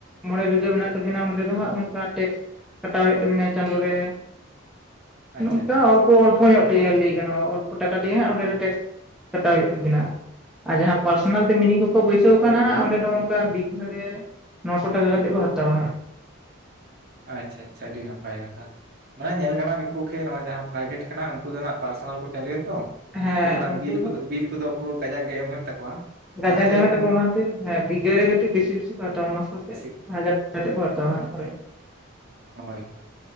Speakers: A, in the centre; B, on the right.
A: ᱢᱚᱬᱮ ᱵᱤᱜᱷᱟᱹ ᱢᱮᱱᱟᱜ ᱛᱟᱵᱤᱱᱟ ᱚᱸᱰᱮ ᱫᱚ ᱦᱟᱸᱜ ᱱᱚᱝᱠᱟ ᱴᱮᱠᱥ ᱠᱟᱴᱟᱣ ᱦᱩᱭᱩᱜ ᱛᱟᱵᱤᱱᱟ ᱪᱟᱸᱫᱳ ᱨᱮ᱾
B: ᱟᱪᱪᱷᱟ
A: ᱱᱚᱝᱠᱟ
B: ᱟᱪᱪᱷᱟ ᱟᱪᱪᱷᱟ
A: ᱚᱞᱯᱚ ᱚᱞᱯᱚ ᱧᱚᱜ ᱛᱮ ᱞᱟᱹᱭ ᱜᱟᱱᱚᱜᱼᱟ ᱚᱞᱯᱚ ᱴᱟᱠᱟ ᱛᱮᱜᱮ ᱦᱟᱜ ᱚᱸᱰᱮ ᱫᱚ ᱴᱮᱠᱥ ᱠᱟᱴᱟᱣ ᱦᱩᱭᱩᱜ ᱛᱟᱵᱤᱱᱟ ᱟᱨ ᱡᱟᱦᱟᱸ ᱯᱟᱨᱥᱚᱱᱟᱞ
B: ᱟᱪᱪᱷᱟ
A: ᱛᱮ ᱢᱤᱱᱤ ᱠᱚ ᱵᱟᱹᱭᱥᱟᱹᱣ ᱠᱟᱱᱟᱜ ᱚᱸᱰᱮ ᱫᱚ ᱚᱱᱠᱟ ᱵᱤᱜᱷ ᱨᱮ ᱱᱚᱥᱚ ᱴᱟᱠᱟ ᱠᱟᱛᱮᱫ ᱠᱚ ᱦᱟᱛᱟᱣᱟ ᱦᱟᱸᱜ᱾
B: ᱟᱪᱪᱷᱟ ᱟᱪᱪᱷᱟ ᱟᱹᱰᱤ ᱱᱟᱯᱟᱭ ᱠᱟᱛᱷᱟ᱾ ᱢᱟᱱᱮ ᱧᱮᱞ ᱜᱟᱱᱟ-ᱟ ᱢᱤᱫ ᱯᱚᱠᱠᱷᱮ ᱱᱚᱣᱟ ᱡᱟᱦᱟᱸ ᱯᱨᱟᱭᱵᱷᱮᱴ ᱠᱟᱱᱟ ᱩᱱᱠᱩ ᱫᱚ ᱱᱟᱜ ᱯᱟᱨᱥᱚᱱᱟᱞ ᱠᱚ ᱪᱟᱹᱞᱩᱭᱟ ᱛᱚ᱾
A: ᱦᱮᱸ
B: ᱩᱱᱠᱩ ᱫᱚ ᱱᱟᱜ ᱵᱤᱞ
A: ᱫᱚ
B: ᱠᱚᱫᱚ ᱵᱤᱞ ᱠᱚᱫᱚ ᱯᱩᱨᱟᱹ ᱠᱟᱡᱟᱠ ᱜᱮ ᱮᱢ ᱦᱩᱭᱩᱜ ᱛᱟᱠᱚᱣᱟ᱾
A: ᱜᱟᱡᱟᱜ
B: ᱚᱱᱟᱛᱮ
A: ᱜᱮ ᱮᱢ ᱦᱩᱭᱩᱜ
B: ᱮᱠᱷᱟᱱ
A: ᱛᱟᱠᱟᱣᱟ ᱚᱱᱟ ᱠᱷᱟᱹᱛᱤᱨ ᱦᱮᱸ ᱵᱤᱜᱟ ᱨᱮ ᱠᱟᱴᱤᱡ ᱵᱮᱥᱤ ᱵᱮᱥᱤ ᱠᱚ ᱦᱟᱛᱟᱣ-ᱟ, ᱱᱚᱥᱚ ᱥᱮ
B: ᱵᱮᱥᱤ
A: ᱦᱟᱡᱟᱨ᱾ ᱠᱟᱛᱮᱫ ᱠᱚ ᱦᱟᱛᱟᱣ-ᱟ ᱦᱳᱭ᱾
B: ᱦᱳᱭ ᱦᱳᱭ ᱦᱳᱭ